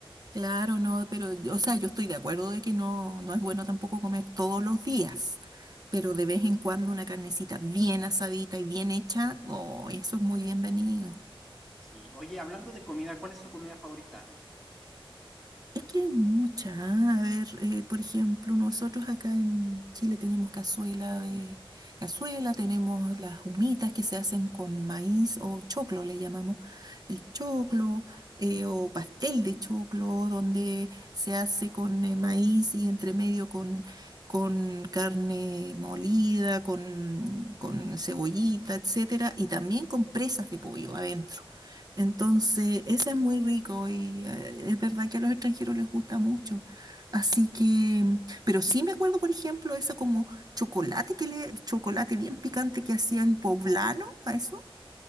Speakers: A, on the right; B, in the centre.
A: Claro, no, pero, o sea, yo estoy de acuerdo de que no, no es bueno tampoco comer todos los días, pero de vez en cuando una carnecita bien asadita y bien hecha, oh, eso es muy bienvenido.
B: Sí. Oye, hablando de comida, ¿cuál es tu comida favorita? Marcelo?
A: Es que hay muchas. A ver, eh, por ejemplo, nosotros acá en Chile tenemos cazuela de cazuela, tenemos las humitas que se hacen con maíz o choclo, le llamamos el choclo, eh, o pastel de choclo, donde se hace con eh, maíz y entre medio con, con carne molida, con, con cebollita, etcétera, y también con presas de pollo adentro. Entonces, ese es muy rico y eh, es verdad que a los extranjeros les gusta mucho. Así que, mm, pero sí me acuerdo, por ejemplo, eso como chocolate que le, chocolate bien picante que hacían poblano, a eso,